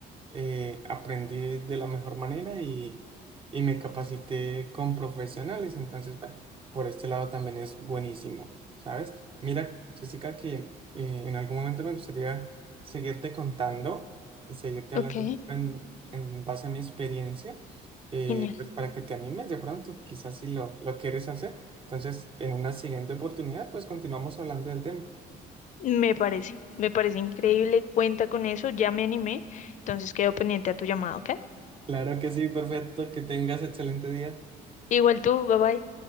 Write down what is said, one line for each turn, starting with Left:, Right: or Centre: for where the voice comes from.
Right: eh, aprendí de la mejor manera y, y me capacité con profesionales. Entonces, bueno, por este lado también es buenísimo, ¿sabes? Mira, Jessica, que eh, en algún momento me gustaría seguirte contando, seguirte hablando
Left: Ok.
Right: en, en base a mi experiencia, eh,
Left: Genial.
Right: pues para que te animes de pronto, quizás si lo, lo quieres hacer. Entonces, en una siguiente oportunidad, pues continuamos hablando del tema.
Left: Me parece. Me parece increíble. Cuenta con eso. Ya me animé. Entonces quedo pendiente a tu llamada, ¿ok?
Right: Claro que sí, perfecto, que tengas excelente día.
Left: Igual tú. Bye bye.